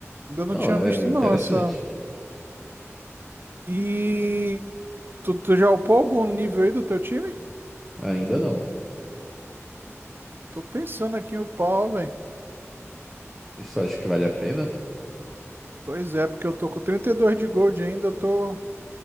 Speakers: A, on the right (about 45°); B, in the centre.
A: Ainda não
B: Não,
A: tinha
B: é
A: visto
B: interessante.
A: não essa. E tu, tu já upou algum nível aí do teu time?
B: Ainda não.
A: Tô pensando aqui em upar, velho.
B: Eu só acho que vale a pena.
A: Pois é, porque eu tô com 32 de gold ainda, eu tô